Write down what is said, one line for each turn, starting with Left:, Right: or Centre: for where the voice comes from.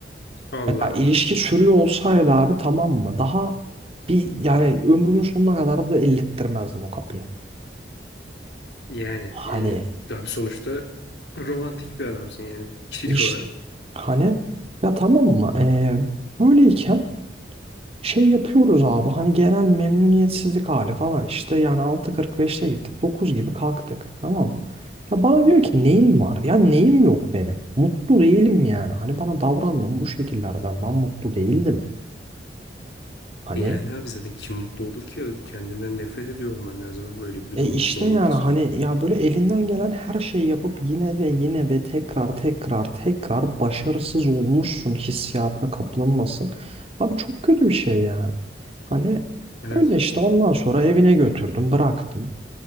Left: Allah
Right: Ya ilişki
Left: Allah.
Right: sürüyor olsaydı abi tamam mı? Daha bir yani ömrümün sonuna kadar da ellettirmezdim o kapıyı.
Left: Yani
Right: Hani
Left: e, abi sonuçta romantik bir adamsın yani kişilik
Right: işte
Left: olarak.
Right: hani ya tamam mı? Ee, böyleyken Şey yapıyoruz abi hani genel memnuniyetsizlik hali falan işte yani altı kırk beşte gittik 9 gibi kalktık tamam mı? Ya bana diyor ki neyin var? Ya neyim yok benim. Mutlu değilim yani. Hani bana davrandım bu şekillerden ben mutlu değildim. Hani
Left: E Yani abi zaten kim mutlu olur ki? Kendinden nefret ediyor olman lazım abi böyle bir durumda
Right: e işte
Left: mutlu olmak
Right: yani
Left: için.
Right: hani ya böyle elinden gelen her şeyi yapıp yine ve yine ve tekrar tekrar tekrar başarısız olmuşsun hissiyatına kapılınmasın. Abi çok kötü bir şey yani. Hani
Left: Evet.
Right: Öyle işte ondan sonra evine götürdüm, bıraktım.